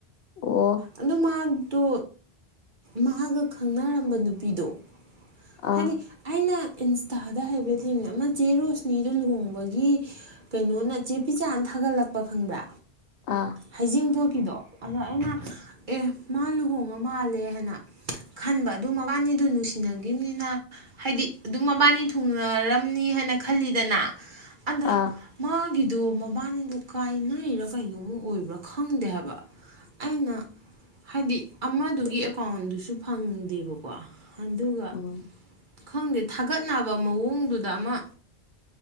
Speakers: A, on the left; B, on the right.
A: ꯑꯣ
B: ꯑꯗꯨ ꯃꯥ ꯇꯣ ꯃꯥꯒ ꯈꯪꯅꯔꯝꯕ ꯅꯨꯄꯤꯗꯣ
A: ꯑꯥ
B: ꯍꯥꯏꯗꯤ ꯑꯏꯩꯅ ꯏꯟꯁꯇꯥꯗ ꯍꯥꯏꯐꯦꯠ ꯊꯦꯡꯅꯩ ꯑꯃ ꯆꯦ ꯔꯣꯁꯅꯤꯗꯣ ꯂꯨꯍꯣꯡꯕꯒꯤ ꯀꯩꯅꯣꯅ ꯆꯦ ꯄꯤꯆꯥꯥꯅ ꯊꯥꯒꯠꯂꯛꯄ ꯈꯪꯕ꯭ꯔꯥ
A: ꯑꯥ
B: ꯍꯩꯖꯤꯡꯄꯣꯠ ꯐꯤꯗꯣ ꯑꯗ ꯑꯩꯅ ꯑꯦ ꯃꯥ ꯂꯨꯍꯣꯡꯉ ꯃꯥꯜꯂꯦ ꯍꯥꯏꯅ ꯈꯟꯕ ꯑꯗꯨ ꯃꯕꯥꯅꯤꯗꯨ ꯅꯨꯡꯁꯤꯅ ꯒꯤ ꯃꯤꯅ ꯍꯥꯏꯗꯤ ꯑꯗꯨꯝ ꯃꯕꯥꯅꯤ ꯊꯨꯡꯅꯔꯝꯅꯤ ꯍꯥꯏꯅ ꯈꯜꯂꯤꯗꯅ ꯑꯗ
A: ꯑꯥ
B: ꯃꯥꯒꯤ ꯑꯗꯣ ꯃꯕꯥꯅꯤꯗꯣ ꯀꯥꯏꯅꯩꯔꯥ ꯀꯩꯅꯣꯃ ꯑꯣꯏꯕ꯭ꯔꯥ ꯈꯪꯗꯦ ꯍꯥꯏꯕ ꯑꯩꯅ ꯍꯥꯏꯗꯤ ꯑꯃꯗꯨꯒꯤ ꯑꯦꯀꯥꯎꯟꯗꯨꯁꯨ ꯐꯪꯗꯦꯕꯀꯣ ꯑꯗꯨꯒ
A: ꯎꯝ
B: ꯈꯪꯗꯦ ꯊꯥꯒꯠꯅꯕ ꯃꯑꯣꯡꯗꯨꯗ ꯑꯃ